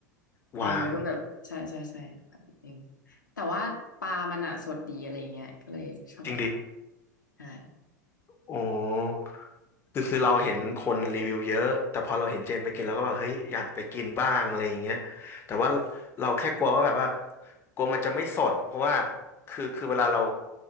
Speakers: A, on the left; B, on the left.
A: หวาน
B: เออแล้วก็แบบใช่ใช่ใช่หวานนิดนึงแต่ว่าปลามันอ่ะสดดีอะไรเงี้ยก็เลยชอบกิน
A: จริงดิ
B: ใช่
A: โอ้คือคือเราเห็นคนรีวิวเยอะแต่พอเราเห็นเจนไปกินเราก็แบบเฮ้ยอยากไปกินบ้างอะไรอย่างเงี้ยแต่ว่าเราแค่กลัวว่าแบบว่ากลัวมันจะไม่สดเพราะว่าคือคือเวลาเรา